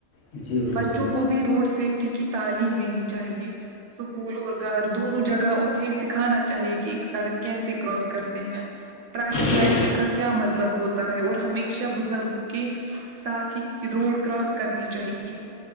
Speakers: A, on the left; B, on the right.
A: جی بالکل
B: بچوں کو بھی روڈ سیفٹی کی تعلیم دینی چاہیے سکول اور گھر دونوں جگہ انہیں دکھانا چاہیے کہ ایک سڑک سے کراس کرتے ہیں ٹریفک لائٹس
A: جی
B: کا کیا مطلب ہوتا ہے اور ہمیشہ پیشہ بزرگوں کے ساتھ ہی روڈ کراس کرنی چاہیے